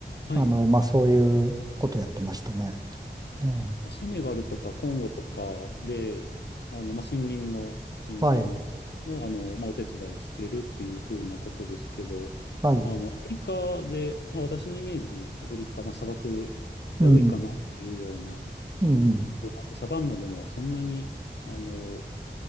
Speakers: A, on the left; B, on the right.
A: はい、
B: あの、まあ、そういうことやってましたね。ええ
A: あセネガルとかコンゴとかで、あの、まあ、森林の、森林の、
B: はい。
A: あの、まあ、お手伝いしてるっていう風なことですけど、
B: はい。
A: あの、アフリカで、まあ、私のイメージ、アフリカ、まあ、砂漠が多いかなっていうような
B: うん、うん。
A: 部分もあって、サバンナでもそんなに、あの、